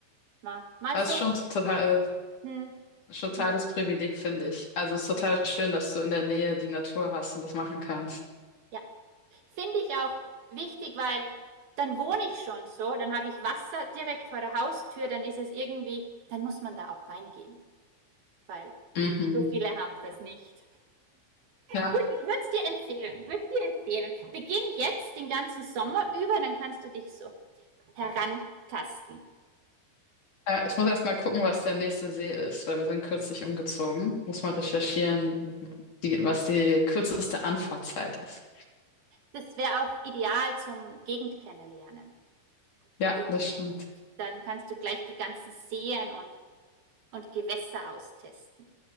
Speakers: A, on the right (about 55°); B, on the left (about 45°).
A: Mal, mal
B: Das
A: so,
B: ist schon total,
A: hm,
B: totales
A: mal,
B: Privileg, finde ich. Also es ist total schön, dass du in der Nähe die Natur hast und das machen kannst.
A: ja. Finde ich auch wichtig, weil dann wohne ich schon so, dann habe ich Wasser direkt vor der Haustür, dann ist es irgendwie, dann muss man da auch reingehen, weil
B: Mhm.
A: So viele haben das nicht.
B: Ja,
A: Gut, ich würde es dir empfehlen. Ich würde es dir empfehlen. Beginn jetzt den ganzen Sommer über, dann kannst du dich so herantasten.
B: ja, ich muss erst mal gucken, was der nächste See ist, weil wir sind kürzlich umgezogen. Muss mal recherchieren, die, was die kürzeste Anfahrtzeit ist.
A: Das wäre auch ideal zum Gegend kennenlernen,
B: Ja,
A: wo du
B: das
A: wohnst.
B: stimmt.
A: Dann kannst du gleich die ganzen Seen und, und Gewässer austesten.